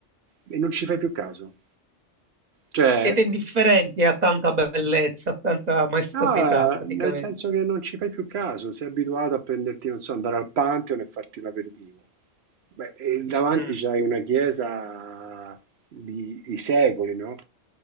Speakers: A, on the right (about 65°); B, on the right (about 35°).
A: e non ci fai più caso. Cioè,
B: Siete indifferenti a tanta bellezza, a tanta maestosità,
A: Ah,
B: praticamente.
A: nel senso che non ci fai più caso, sei abituato a prenderti, non so, andare al Pantheon e farti l'aperitivo. Beh, e davanti
B: Mm.
A: c'hai una chiesa di, di secoli, no?